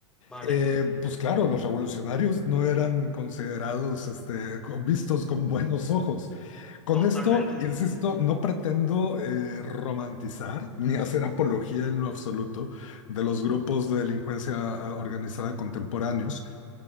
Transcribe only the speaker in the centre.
Vale,
totalmente.
Ujú,